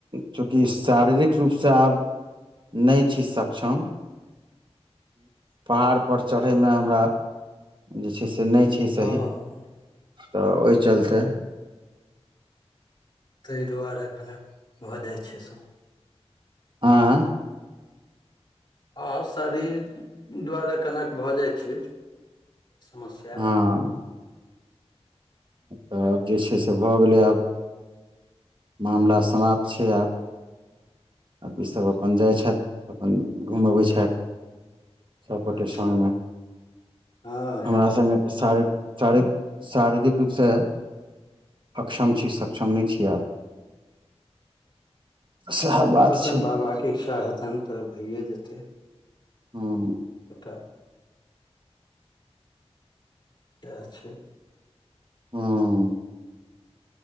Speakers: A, on the right (about 50°); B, on the left (about 45°).
A: चूँकि शारीरिक रूप से आब नहि छी सक्षम पहाड़ पर चढ़य मे हमरा जे छै से नहि छै सही
B: हँ
A: तऽ ओहि चलते
B: ताहि दुआरे कने भऽ जाइ छै से हूं
A: आँय
B: हँ शरीर दुआरे कनेक भऽ जाइत छै समस्या
A: हँ तऽ आब जे छै से भऽ गेलै आब मामला समाप्त छै आब आ ईसभ अपन जाइ छथि अपन घूमबैत छथि सबगोटे
B: अच्छा
A: सगमे
B: हँ
A: हमरा सङ्गे तऽ सारि <unintelligible> शारीरिक रूपसँ अक्षम छी, सक्षम नहि छियै आब। सैहे बात
B: जेहेन
A: छै
B: बाबाके इच्छा हेतनि तऽ भइए जेतै।
A: हूॅं
B: एतय तेॅं छै
A: हूॅं